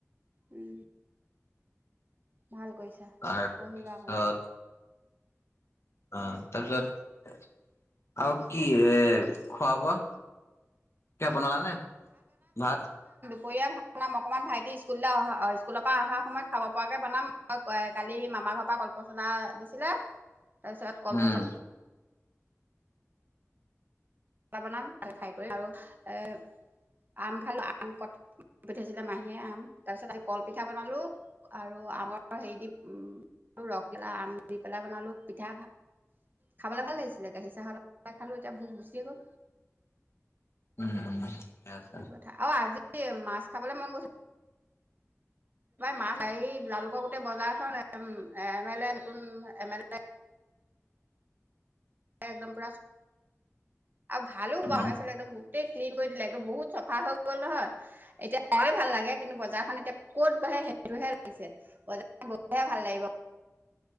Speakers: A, on the right; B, on the left.
A: উ ভাল কৰিছা
B: তাৰপিছত
A: পঢ়িবা অকণমান।
B: অ তাৰপিছত আৰু কি এ খোৱা বোৱা ক বনালা নে ভাত
A: কৈয়া ভাল বনাম অকণমান ভাইটি স্কুললৈ অহা স্কুলৰ পৰা অহা সময়ত খাব পৰাকৈ বনাম কালি আমাৰ ঘৰৰ পৰা কলপচলা দিছিলে তাৰপিছত কলপচলা
B: উম
A: লা বনাম ফাই কৰি আৰু এ আম খালো আম কট পঠিয়াইছিলে মাহীয়ে আম তাৰ পিছত আ কলপিঠা বনালো আৰু আমাৰ হেৰি দি উ আৰু ৰসগলা আম দি পেলাই বনালোঁ পিঠা খাবলৈ ভাল লাগিছিলে গাখীৰ চাহৰ খালোঁ এতিয়া ভোক গুচিয়ে গ'ল
B: উম ঠিকে আছে
A: সেইটো কথা আৰু আজি মাছ খাবলৈ মন গৈছে মাছ হৰি লালুকৰ গোটেই বজাৰখন এম এল এ নতুন এমল এ একদম পুৰা আৰু ভালো বোৱা
B: উম
A: হৈ আছিলে একদম গ গোটেই ক্লিন কৰি দিলে একদ বহুত চফা হৈ গ'ল নহয় এতিয়া চ ভাল লাগে কিন্তু বজাৰখন এতিয়া ক'ত ব সেইটোহে লাগিছে বজাৰ গৈহে ভাল লাগিব।